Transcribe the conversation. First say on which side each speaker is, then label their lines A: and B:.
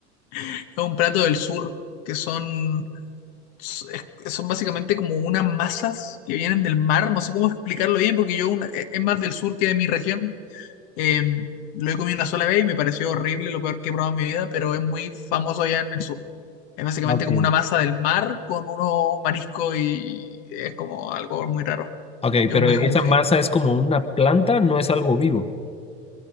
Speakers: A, on the left (about 65°); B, on the left (about 15°).
A: Es un plato del sur que son, es- son básicamente como unas masas que vienen del mar. No sé cómo explicarlo bien porque yo una- e, es más del sur que de mi región. Eh, lo he comido una sola vez y me pareció horrible, lo peor que he probado en mi vida, pero es muy famoso allá en el sur. Es básicamente
B: Ok.
A: como una masa del mar con unos mariscos y es como algo muy raro.
B: Ok,
A: Es
B: pero
A: un mejunje.
B: esa masa es como una planta, no es algo vivo.